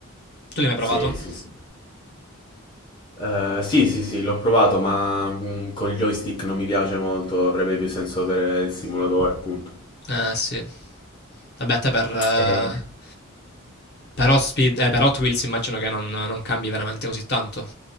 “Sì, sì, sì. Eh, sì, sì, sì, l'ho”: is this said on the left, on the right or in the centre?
Left